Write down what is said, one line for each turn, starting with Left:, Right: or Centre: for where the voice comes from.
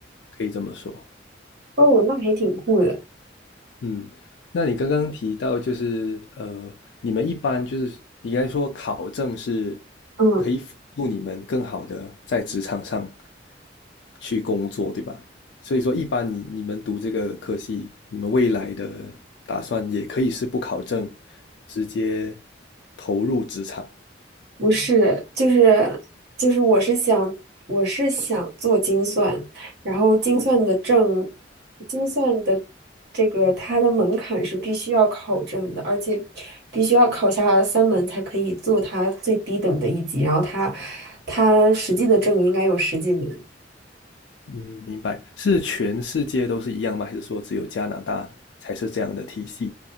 Left: 可以这么说。
Right: 哦，那还挺酷的。
Left: 嗯，那你刚刚提到就是呃，你们一般就是你刚才说考证是
Right: 嗯，
Left: 可以辅助你们更好的在职场上去工作，对吧？所以说，一般你你们读这个科系，你们未来的打算也可以是不考证，直接投入职场。
Right: 不是，就是就是我是想我是想做精算，然后精算的证，精算的这个它的门槛是必须要考证的，而且必须要考下三门才可以做它最低等的一级，然后它它实际的证应该有十几门。
Left: 嗯，明白。是全世界都是一样吗？还是说只有加拿大才是这样的体系？